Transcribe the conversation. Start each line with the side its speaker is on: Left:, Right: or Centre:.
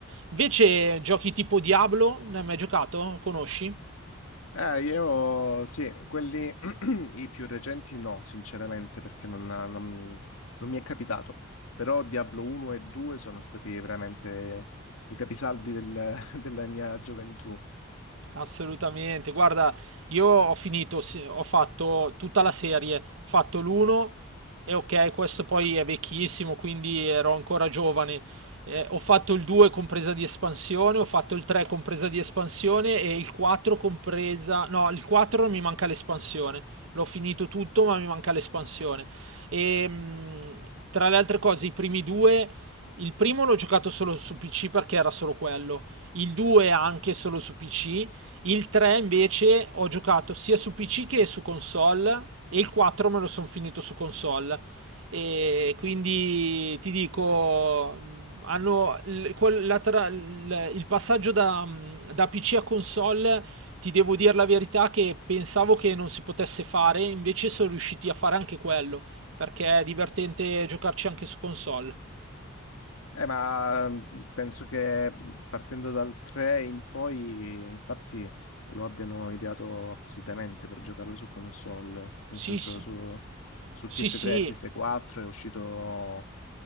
Right: Invece, giochi tipo Diablo, ne hai mai giocato? Conosci?
Left: Eh, io sì, quelli <clears throat> i più recenti no, sinceramente, perché non, non- non mi è capitato. Però Diablo 1 e 2 sono stati veramente i capisaldi del- <laughs> della mia gioventù.
Right: Assolutamente, guarda, io ho finito, sì, ho fatto tutta la serie, ho fatto l'uno e ok, questo poi è vecchissimo, quindi ero ancora giovane. Eh, ho fatto il 2 compresa di espansione, ho fatto il 3 compresa di espansione e il 4 compresa... No, il 4 mi manca l'espansione. L'ho finito tutto, ma mi manca l'espansione. E mh, tra le altre cose, i primi due... Il primo l'ho giocato solo su PC perché era solo quello. Il 2 anche solo su PC il 3 invece ho giocato sia su PC che su console e il 4 me lo sono finito su console. E quindi ti dico, mh, hanno l- quel- la tra- l- il passaggio da, mh, da PC a console, ti devo dire la verità che pensavo che non si potesse fare, invece sono riusciti a fare anche quello, perché è divertente giocarci anche su console.
Left: Eh, ma mh, penso che partendo dal 3 in poi, infatti, lo abbiano ideato appositamente per giocarlo su console, nel
Right: Sì,
Left: senso
Right: sì.
Left: su, su
Right: Sì,
Left: PS3
Right: sì.
Left: e PS4 è uscito,